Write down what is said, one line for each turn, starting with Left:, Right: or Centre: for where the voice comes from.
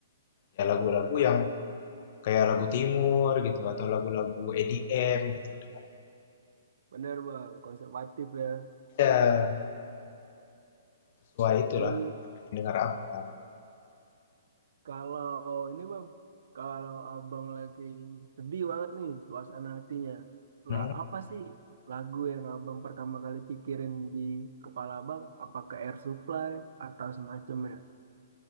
Left: ya lagu-lagu yang Kayak lagu timur gitu atau lagu-lagu EDM gitu dengar
Right: Bener bang, konservatif ya.
Left: Ya, sesuai itulah
Right: Dan
Left: pengen dengar apa.
Right: Kalau ini bang, kalau abang lagi sedih banget nih suasana hatinya,
Left: Mhm.
Right: lah apa sih lagu yang abang pertama kali pikirin di kepala abang? Apa ke Air Supply atau semacamnya?